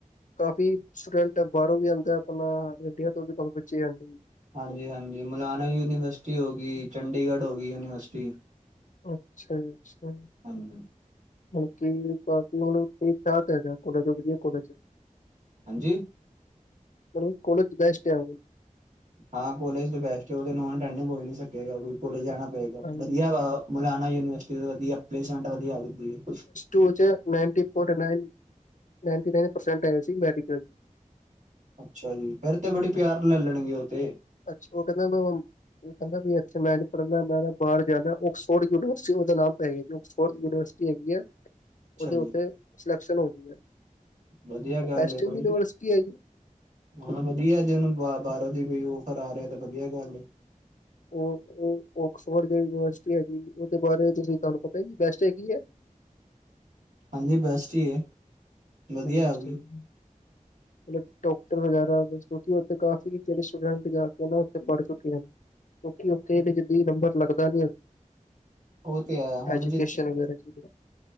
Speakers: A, on the left; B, on the right.
A: ਕਾਫ਼ੀ ਸਟੂਡੈਂਟ ਬਾਹਰੋਂ ਵੀ ਆਉਂਦਾ ਆਪਣਾ ਇੰਡੀਆ ਤੋਂ ਵੀ ਕਾਫ਼ੀ ਬੱਚੇ ਆਂਦੇ ਜੀ।
B: ਹਾਂਜੀ, ਹਾਂਜੀ ਮੌਲਾਨਾ ਯੂਨੀਵਰਸਿਟੀ ਹੋ ਗਈ, ਚੰਡੀਗੜ੍ਹ ਹੋ ਗਈ ਯੂਨੀਵਰਸਿਟੀ।
A: ਅੱਛਾ ਜੀ ਅੱਛਾ
B: ਹਾਂਜੀ
A: ਬਾਕੀ ਬਾਕੀ ਮਤਲਬ ਹੁਣ ਠੀਕ- ਠਾਕ ਹੈਗਾ ਕੋਲੇ ਚ ਵਧੀਆ ਕੋਲਜ਼ 'ਚ
B: ਹਾਂਜੀ।
A: ਮਤਲਬ, ਕੋਲੇਜ 'ਚ ਬੈਸਟ ਹੈ ਆ।
B: ਹਾਂ ਕੋਲੇਜ ਤੇ ਬੈਸਟ ਆ ਉਹਦੇ ਨੋਂਨ ਅਟੈਡਿੰਗ ਹੋ ਨੀ ਸਕੇਗਾ ਕੋਈ ਕੋਲੇਜ ਜਾਣਾ
A: ਹਾਂਜੀ।
B: ਵਧੀਆ ਮਲਾਨਣਾ ਯੂਨੀਵਰਸਿਟੀ ਵਧੀਆ ਪਲੇਸਮੈਂਟ ਵਧੀਆ ਉਹਦੀ।
A: ਉਹ'ਚ'ਨੈਇਟੀ ਪੋਂਟ ਨਾਇਨ ਨਾਇਟੀ ਪਰਸੈਟੀਜ ਆ ਸੀ, ਮੈਡੀ
B: ਅੱਛਾ ਜੀ, ਫੇਰ ਤੇ ਬੜੇ ਪਿਆਰ ਨਾਲ ਲੈ ਲੈਣਗੇ ਉਥੇ
A: ਅੱਛਾ ਉਹ ਕਹਿੰਦਾ ਮ <inaudible> ਕਹਿੰਦਾ ਵੀ ਇੱਥੇ ਮੈਂ ਨੀ ਪੜ੍ਹਨਾ ਮੈਂ ਨਾ ਬਾਹਰ ਜਾਣਾ ਉਕਸਫੋਰਡ ਯੂਨੀਵਰਸਿਟੀ ਉਹਦਾ ਨਾਮ ਤਾਂ ਹੈਗਾ ਕਿ ਉਕਸਫੋਰਡ ਯੂਨੀਵਰਸਿਟੀ ਹੈਗੀ ਹੈ <inaudible>
B: ਅੱਛਾ
A: ਉਹਦੇ
B: ਜੀ
A: ਉੱਤੇ ਸਿਲੈਕਸ਼ਨ ਹੋਈ ਵੀ <inaudible>
B: ਵਧੀਆ ਗੱਲ ਹੈ ਕੋਈ ਨੀ।
A: ਰਿਵਰਸ ਹੈ ਜੀ।
B: ਹਾਂ ਵਧੀਆ ਜੇ ਉਹਨੂੰ ਬਾਹਰੋਂ ਦੀ ਕੋਈ ਔਫਰ ਆ ਰਿਹਾ ਤੇ ਵਧੀਆ ਗੱਲ
A: ਉਹ ਓਕਸਫੋਰਡ ਜਿਹੜੀ ਯੂਨੀਵਰਸਿਟੀ ਹੈਗੀ ਉਹਦੇ ਬਾਰੇ ਤੁਸੀਂ ਤੁਹਾਨੂੰ ਪਤਾ ਹੈ ਜੀ ਬੈਸਟ ਹੈਗੀ ਹੈ।
B: ਹਾਂਜੀ ਬੈਸਟ ਈ ਹੈ।
A: <unintelligible>
B: ਵਧੀਆ ਉਹ ਵੀ
A: ਮਤਲਬ ਡਾਕਟਰ ਵਗੈਰਾ ਕਿਉਂਕਿ ਉੱਥੇ ਕਾਫ਼ੀ ਜਿਹੜੇ ਸਟੂਡੈਂਟ ਜਾ ਕੇ ਨਾ ਉੱਥੇ ਪੜ੍ਹ ਚੁੱਕੇ ਆ। <inaudible> ਕਿਉਕਿ ਉੱਥੇ ਵੀ ਜਲਦੀ ਨੰਬਰ ਲੱਗਦਾ ਨੀ ਆ <inaudible>
B: ਉਹ ਤੇ ਹੈ ਹੁਣ
A: ਐਜੂਕੇਸ਼ਨ
B: ਜੇ
A: ਵਗੈਰਾ ਚ